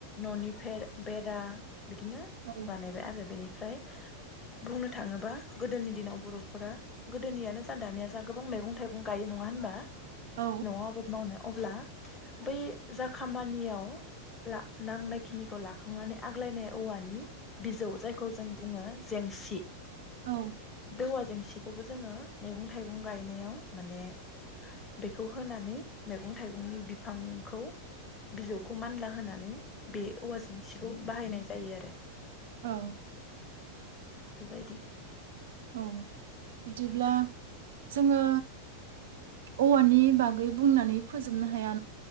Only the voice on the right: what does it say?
औ
औ
औ
औ
औ बिदिब्ला जोङो औवानि बागै बुंनानै फोजोबनो हाया